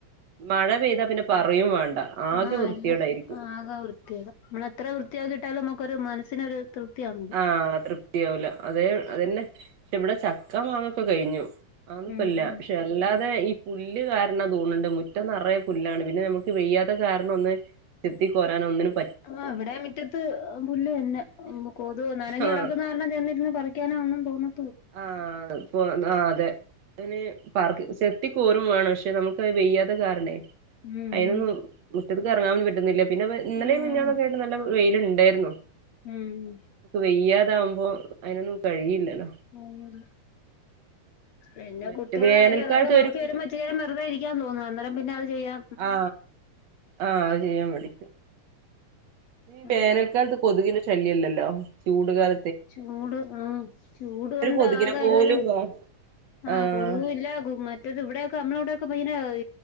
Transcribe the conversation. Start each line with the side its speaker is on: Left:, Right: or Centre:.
Right: മഴ പെയ്താ പിന്നെ പറയും വേണ്ട ആകെ
Left: ആ
Right: വൃത്തികേടായിരിക്കും
Left: എല്ല ആക വൃത്തിയാക നമ്മള് എത്ര വൃത്തിയാക്കിട്ടാലും നമുക്കൊരു മനസ്സിനൊരു തൃപ്തിയാണല്ലോ
Right: ആ തൃപ്തിയാവൂല അതേ അതന്നെ ഇ ഇവിടെ ചക്ക മാങ്ങൊക്കെ കഴിഞ്ഞു. ആവുന്നുപ്പല്യാ
Left: ഉം
Right: പക്ഷെ എല്ലാ അ ഈ പുല്ല് കാരണം തോന്നുന്നുണ്ട് മുറ്റം നിറയെ പുല്ലാണ് പിന്നെ നമുക്ക് വെയ്യാത്ത കാരണം ഒന്ന് ത്തി കോരനോന്നിന്നും
Left: ആ ഇവിടെ മിറ്റത്ത് പുല്ല് തന്നെ കൊ അത നനഞ്ഞ്
Right: ആഹ്
Left: കിടക്കുന്ന കാരണം ചെന്നിരുന്നുന്ന് പറിക്കാനാ ഒന്നും തോന്നു
Right: ആ ആ അതെ അന് പാർക് ചെത്തിക്കോരും വേണം പക്ഷെ നമുക്ക്ത് വെയ്യാത്തെ കാരണേ
Left: ഉം
Right: അയിനൊന്നും മുറ്റത്ത്ക്ക് ഇറങ്ങാനു പറ്റുന്നില്ല പിന്നെ ഇന്നലെയും
Left: ഉം
Right: മിഞ്ഞാന്നൊക്കെ ആയിട്ട് നല്ല വെയിലു ണ്ടായിരുന്നു
Left: ഉം
Right: വയ്യാതാവുബോ അയിനൊന്നും കഴിയില്ലല്ലോ
Left: ഉം പിന്നെ
Right: മറ്റേ
Left: കുട്ട്യാളെ
Right: വേനൽക്കാലത്ത്
Left: കാര്യം അതൊക്കെ നോക്കി
Right: ഒരു
Left: വരുമ്പോറ്റു നേരം വെറുതെ ഇരിക്കാൻ തോന്നുന്നു അന്നേരം പിന്നെ അത് ചെയ്യാ
Right: ആ ആ അത് ചെയ്യാൻ മടിക്കും വേനൽക്കാലത്ത്
Left: ആഹ്
Right: കൊതുകിന്റെ ശല്യല്ലല്ലോ ചൂടുകാല
Left: ചൂട് ആ ചൂട് കൊണ്ട്
Right: ഒരു കൊതുകിനെ
Left: ആകെ
Right: പോലും
Left: എല്ലരും
Right: കാ
Left: ആ
Right: ആഹ്
Left: കൊതുകുല്ല മ റ്റത് ഇവിടെയക്കെ നമ്മളെ ഇവിടെയൊക്കെ